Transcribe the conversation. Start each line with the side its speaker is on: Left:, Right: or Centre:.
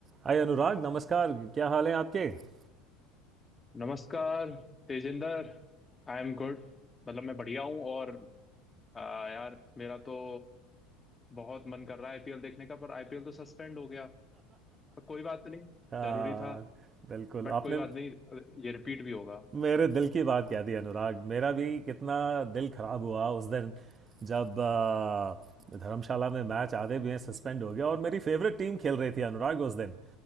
Right: हाय अनुराग नमस्कार क्या हाल है आपके <laughs>
Left: नमस्कार तेजिंदर I am good मतलब मैं बढ़िया हूँ और आ, यार मेरा तो बहुत मन कर रहा है आईपीएल देखने का पर आईपीएल तो सस्पेंड हो गया पर कोई बात नहीं
Right: हाँ,
Left: जरूरी था
Right: बिल्कुल
Left: बट
Right: आपने
Left: कोई बात नहीं ये रिपीट भी होगा
Right: मेरे दिल की बात कह दी अनुराग मेरा भी कितना दिल खराब हुआ उस दिन जब आ, धर्मशाला में मैच आधे भी सस्पेंड हो गया और मेरी फेवरेट टीम खेल रही थी अनुराग उस दिन